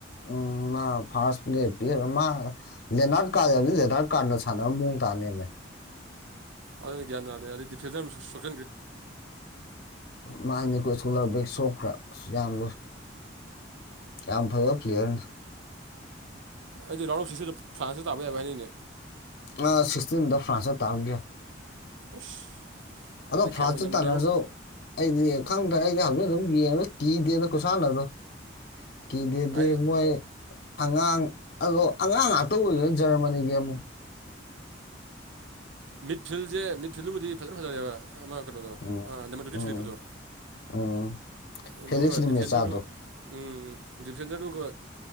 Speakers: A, on the left; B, on the right.
A: ꯎꯝ ꯃꯥ ꯐꯥꯔꯁ ꯗꯦ ꯄꯤ ꯃꯥ ꯂꯦꯅꯥꯔ ꯀꯥꯔꯕꯗꯤ ꯂꯦꯅꯥꯔ ꯀꯥꯔꯗ ꯁꯥꯟꯅꯕ ꯃꯑꯣꯡ ꯇꯥꯅꯦꯃꯦ
B: ꯑꯗꯨꯅ ꯒ꯭ꯌꯥ ꯅꯗ ꯑꯗꯨꯗꯤ ꯐ ꯁꯣꯛ
A: ꯃꯥꯥꯏꯅꯤ ꯀꯣꯏ ꯁꯀꯨꯂꯦꯛ ꯁꯣ ꯑ ꯌꯥꯝ ꯂꯨ ꯌꯥꯝ ꯐꯕ ꯄ꯭ꯂꯦꯌꯔꯅ
B: ꯑꯩꯗꯤ ꯔꯥꯎꯟ ꯑꯣꯐꯁꯤꯁꯤꯗ ꯐ꯭ꯔꯥꯟꯁꯇ ꯇꯥꯕ ꯌꯥꯕꯅꯤꯅꯦ
A: ꯑ ꯁꯤꯁꯇꯤꯟꯗ ꯐ꯭ꯔꯥꯟꯁ ꯇꯥꯕꯒ
B: ꯑꯁ ꯑꯗꯨꯗꯤ
A: ꯑꯗꯣ ꯐ꯭ꯔꯥꯟꯁꯇ
B: ꯀꯌꯥ ꯑꯣꯏꯅꯝꯗꯦꯕꯣ
A: ꯇꯥꯟꯅꯔꯁꯨ ꯑꯩꯗꯤ ꯈꯪꯗ꯭ꯔꯦ ꯑꯩꯗꯤ ꯌꯦ ꯀꯗꯤꯗ ꯀꯨꯁꯥꯅꯥꯗꯣ ꯀ ꯗꯗꯤ
B: ꯑꯩꯁꯨ
A: ꯃꯣꯏ ꯑꯉꯥꯡ ꯑꯗꯣ ꯑꯉꯥꯡ ꯉꯥꯛꯇ ꯑꯣꯏꯗꯣꯏꯅ ꯖꯔꯃꯅꯤꯒꯤ ꯑꯃꯨꯛ
B: ꯃꯤ ꯐꯤꯜꯖꯦ ꯐꯤꯜꯕꯨꯗꯤ ꯐꯖ ꯐꯖꯔꯦꯕ ꯑ ꯃꯥ ꯀꯩꯅꯣꯗꯣ
A: ꯎꯝ
B: ꯑ ꯅ ꯃ
A: ꯎꯝ
B: ꯂꯤꯄꯠꯇꯣ
A: ꯎꯝ
B: ꯑꯗꯨ
A: ꯐꯦꯂꯤꯛꯁ
B: ꯗꯤꯐꯦꯟꯗꯔꯗꯨ
A: ꯃꯦꯆꯥꯗꯣ
B: ꯎꯝ ꯗꯤꯐꯦꯟꯗꯔꯗꯨꯒ